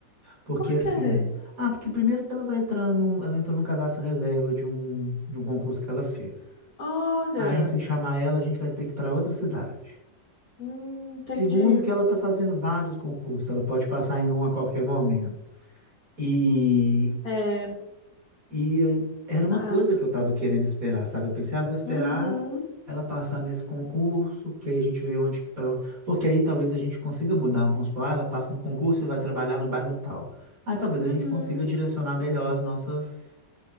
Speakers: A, on the right; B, on the left.
A: Porque
B: por
A: assim,
B: quê?
A: ah, porque primeiro que ela vai entrar num, ela entrou num cadastro reserva de um, de um concurso que ela fez.
B: Olha,
A: Aí se chamar ela, a gente vai ter que ir para outra cidade.
B: hum, entendi.
A: Segundo, que ela está fazendo vários concursos, ela pode passar em um a qualquer momento. E,
B: É,
A: e eu- era uma
B: fato.
A: coisa que eu estava querendo esperar, sabe? Eu pensei, ah, vou esperar
B: Uhum,
A: ela passar nesse concurso, porque aí a gente vê onde que. Pra... Porque aí talvez a gente consiga mudar. Vamos supor, ah, ela passa no concurso e vai trabalhar no bairro tal. Aí talvez
B: uhum,
A: a gente consiga direcionar melhor as nossas,